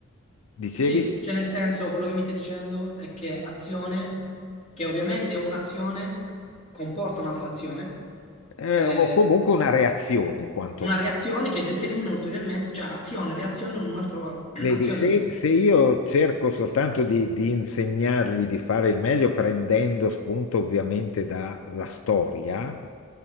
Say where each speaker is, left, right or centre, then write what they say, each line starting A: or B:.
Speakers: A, on the left; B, on the left.
A: dicevi,
B: Sì, cioè nel senso quello che mi stai dicendo è che azione, che ovviamente un'azione comporta un'altra azione,
A: eh,
B: eh,
A: o comunque
B: eh,
A: una reazione quantomeno.
B: una reazione che determina ulteriormente, cioè azione, reazione, un'altra <clears throat>
A: Vedi,
B: azione,
A: se,
B: diciamo.
A: se io cerco soltanto di, di insegnargli di fare il meglio, prendendo spunto ovviamente dalla storia,